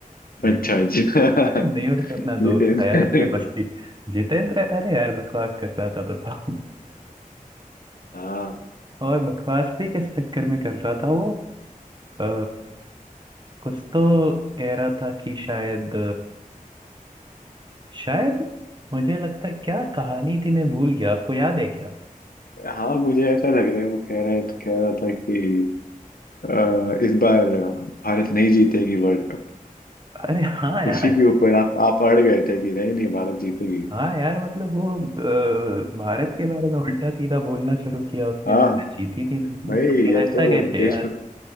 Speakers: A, on the right; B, on the left.
A: मयूर
B: अच्छा अच्छा
A: अरे मयूर
B: <laughs>
A: तो अपना
B: जितेंद्र
A: दोस्त था यार उसमें मस्ती
B: को
A: जितेंद्र अरे यार बकवास कर रहा था बताओ
B: हाँ
A: और बकवास भी किस चक्कर में कर रहा था वो आ, कुछ तो कह रहा था कि शायद शायद मुझे लगता है क्या कहानी थी मैं भूल गया आपको याद है क्या
B: हाँ मुझे ऐसा लग रहा है वो कह रहा है तो कह रहा था कि अ, इस बार भारत नहीं जीतेगी वर्ल्ड कप
A: अरे हाँ यार
B: उसी के ऊपर आप आप अड़ गए थे कि नहीं नहीं भारत जीतेगी
A: हाँ यार मतलब वो अ, भारत के बारे में उल्टा सीधा बोलना शुरू किया उसने
B: हाँ
A: भारत जीती थी उसने
B: भाई ये
A: ऐसा
B: तो
A: कैसे
B: देशभक्त
A: यार